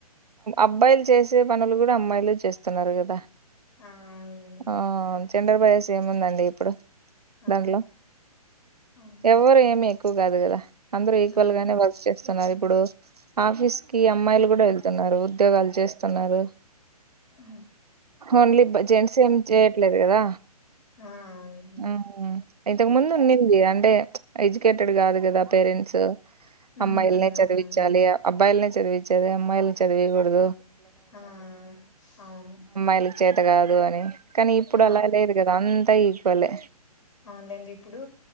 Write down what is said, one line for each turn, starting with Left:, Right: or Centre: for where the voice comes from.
Right: అబ్బాయిలు చేస్ వస్తే పనులు కూడా అమ్మాయిలె చేస్తున్నారు. కదా
Left: ఆ అవునండి
Right: ఆ చండర్ బయస్ ఏముందండి. ఇప్పుడు
Left: ఆ
Right: దాంట్లో
Left: అవును
Right: ఎవరు ఏమి ఎక్కువ కాదు కదా అందరూ ఈక్వల్
Left: హ్మ్
Right: గానే వర్క్ చేస్తున్నారు. ఇప్పుడు ఆఫీస్ కి అమ్మాయిలు కూడా వెళ్తున్నారు. ఉద్యోగాలు చేస్తున్నారు.
Left: అ
Right: ఓన్లీ జెంట్స్ ఏం చేయట్లేదు కదా,
Left: ఆ అవునండి
Right: ఆ ఇంతకు ముందు ఉండింది అంటే ఎడ్యుకేటెడ్ కాదు కదా పేరెంట్స్,
Left: హ్మ్
Right: అమ్మాయిలనే
Left: అవునవునండి
Right: చదివించాలి అబ్బాయిలనె చాద్ చదివించేదే అమ్మాయిలు చదివియ్య కూడదు
Left: ఆ ఆ అవును
Right: నీకు చేత కాదు అని కానీ ఇప్పుడు
Left: ఆ
Right: అలా లేదు కదా అంతా ఇ పొలె
Left: అవునండి ఇప్పుడు